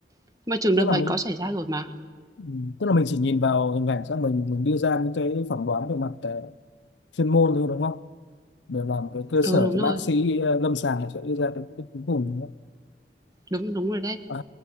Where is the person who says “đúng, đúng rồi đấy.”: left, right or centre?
Right